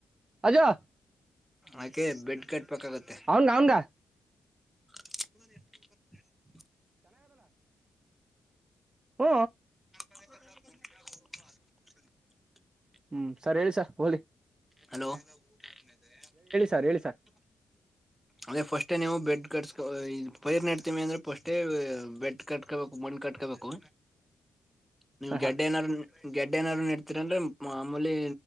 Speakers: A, on the right; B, in the centre.
A: ಅಜೋ
B: ಆಕೆ ಬೆಡ್ ಕಟ್. ಬೇಕಾಗುತ್ತೆ.
A: ಅವನ್ಗ ಅವನ್ಗ
B: ಎತ <inaudible>
A: ಓ.
B: <inaudible>
A: ಹ್ಮ್ ಸರ್ ಹೇಳಿ ಸ ಹೋಲಿ.
B: ಹಲೋ. ಒಮ್ಮೆದೆ <inaudible>
A: ಸರ್ ಹೇಳಿ ಸರ್
B: ಅದೇ ಫಸ್ಟೇ ನೀವು ಬೆಡ್ ಕಟ್ಸ್ಕೊ್ ಪೈರ್ ನಡ್ತೀವಿ ಅಂದ್ರೆ ಫಸ್ಬೆಡ್ ಕಟ್ಕೋಬೇಕು ಮಣ್ ಕಟ್ಕೋಬೇಕು. ನೀವ್
A: ಹಾ
B: ಗೆಡ್ಡೆ
A: ಹಾ
B: ಏನಾರ್ ಗೆಡ್ ಏನಾರೂ ಇಡ್ತಿರ ಅಂದ್ರೆ. ಮಾಮೂಲಿ